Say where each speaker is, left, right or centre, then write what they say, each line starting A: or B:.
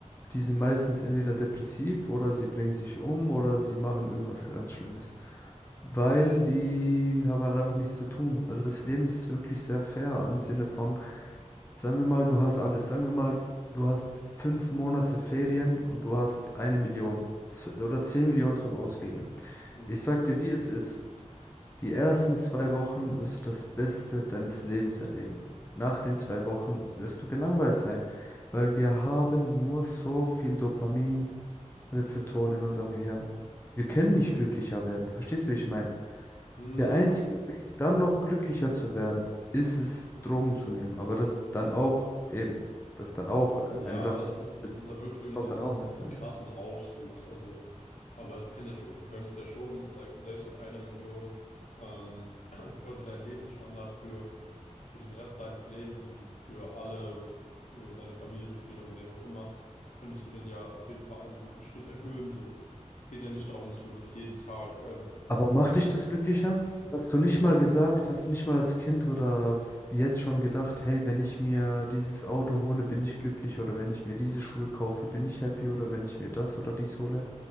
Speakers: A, on the left (about 20°); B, on the left (about 70°).
A: Die sind meistens entweder depressiv oder sie bringen sich um oder sie machen irgendwas ganz Schlimmes, weil die haben halt einfach nichts zu tun. Also das Leben ist wirklich sehr fair im Sinne von, sagen wir mal, du hast alles. Sagen wir mal, du hast fünf Monate Ferien und du hast eine Million z- oder zehn Millionen zum Ausgeben.
B: Mhm.
A: Ich sag dir, wie es ist. Die ersten zwei Wochen wirst du das Beste deines Lebens erleben. Nach den zwei Wochen wirst du gelangweilt sein, weil wir haben nur so viel Dopamin. Rezeptoren in unserem Gehirn. Wir können nicht glücklicher werden. Verstehst du, wie ich meine?
B: Mhm.
A: Der einzige Weg, dann noch glücklicher zu werden, ist es, Drogen zu nehmen. Aber das dann auch eben, das dann auch äh,
B: Ja,
A: eine Sache
B: aber
A: für
B: das ist, das
A: die
B: ist ja wirklich, wenn du
A: kommt
B: diesen,
A: dann auch mit.
B: diesen
A: äh.
B: krassen Rausch suchst. Also, aber es kann ja schon, du könntest ja schon, sag, selbst mit einer Million, ähm, <clears throat> quasi deinen Lebensstandard für für den Rest deines Lebens und für alle äh, deine Familienmitglieder und wem auch immer, könntest du den ja auf jeden Fall einen guten Schritt erhöhen. So, es geht ja nicht darum, dass du wirklich jeden Tag, ähm,
A: Aber macht dich das glücklicher? Hast du nicht mal gesagt, hast du nicht mal als Kind oder f- jetzt schon gedacht, hey, wenn ich mir dieses Auto hole, bin ich glücklich oder wenn ich mir diese Schuhe kaufe, bin ich happy oder wenn ich mir das oder dies hole?